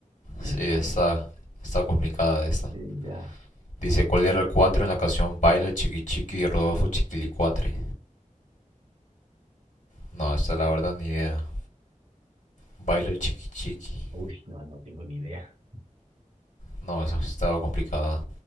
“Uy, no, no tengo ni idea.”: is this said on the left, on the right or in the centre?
Right